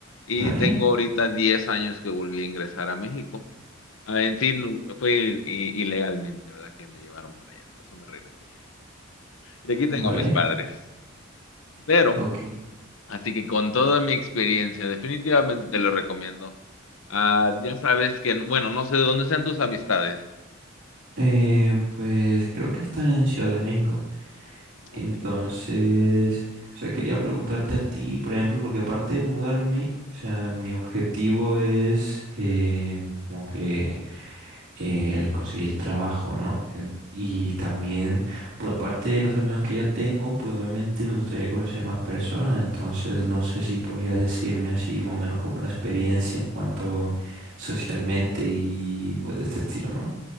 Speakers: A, on the left (about 75°); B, on the right (about 60°).
A: y
B: Vale,
A: tengo ahorita 10 años que volví a ingresar a México. Ah, en sí, no- fue i- i- ilegalmente, ¿verdad? Que me llevaron para allá, por eso me regresé. Y aquí tengo
B: vale,
A: a mis padres. Pero,
B: ok.
A: así que con toda mi experiencia, definitivamente te lo recomiendo. Ah, ya sabes que, bueno, no sé de dónde sean tus amistades.
B: Eh, pues creo que están en Ciudad de México. Entonces,
A: No sé.
B: o sea, quería preguntarte a ti, por ejemplo, porque aparte de mudarme, o sea, mi objetivo es eh, como que eh, el conseguir trabajo, ¿no? En- y también, pues aparte de los amigos que ya tengo, pues obviamente me gustaría conocer más personas, entonces no sé si podría decirme así más o menos como la experiencia en cuanto socialmente y pues de este estilo, ¿no?